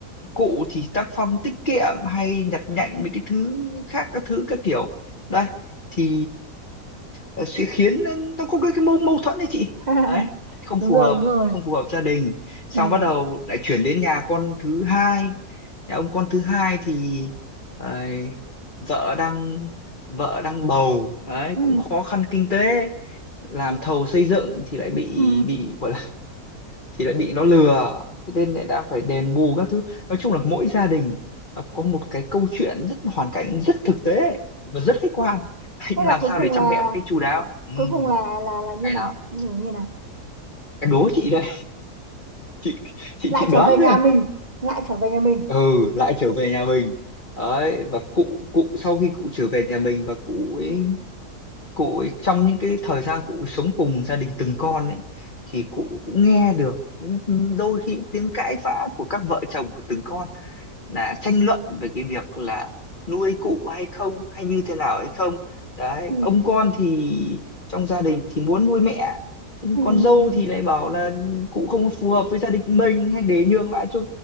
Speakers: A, on the left; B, on the right.
A: cụ thì tác phong tiết kiệm hay nhặt nhạnh mấy cái thứ khác các thứ các kiểu đây thì ừm, sẽ khiến nó có cái, cái mâu, mâu thuẫn đấy chị
B: <laughs>
A: đấy không
B: đúng
A: phù
B: rồi
A: hợp
B: đúng rồi,
A: không phù hợp gia đình xong
B: ừ,
A: bắt đầu lại chuyển đến nhà con thứ hai nhà ông con thứ hai thì ờ, vợ đang vợ đang bầu đấy
B: ừ,
A: cũng khó khăn kinh tế làm thầu xây dựng thì lại bị
B: ừ.
A: bị gọi là thì lại bị nó lừa thế nên lại đang phải đền bù các thứ nói chung là mỗi gia đình nó có một cái câu chuyện rất hoàn cảnh rất thực tế và rất khách quan <laughs> nhưng
B: Thế là
A: làm
B: cuối
A: sao
B: cùng
A: để chăm
B: là
A: mẹ một cách chu đáo ừ,
B: cuối cùng là là là như
A: hay
B: nào?
A: lắm
B: Như như nào?
A: em đố chị đây chị chị
B: Lại
A: chị
B: trở
A: đoán
B: về nhà
A: chứ
B: mình, lại trở về nhà mình.
A: ừ lại trở về nhà mình đấy và cụ cụ sau khi cụ trở về nhà mình và cụ ấy cụ ấy trong những cái thời gian cụ sống cùng gia đình từng con ấy thì cụ cũng nghe được những đôi khi tiếng cãi vã của các vợ chồng của từng con là tranh luận về cái việc là nuôi cụ hay không hay như thế nào hay không đấy
B: ừ
A: ông con thì trong gia đình thì muốn nuôi mẹ nhưng
B: ừ
A: con dâu thì lại bảo là cụ không phù hợp với gia đình mình hay để nhường lại cho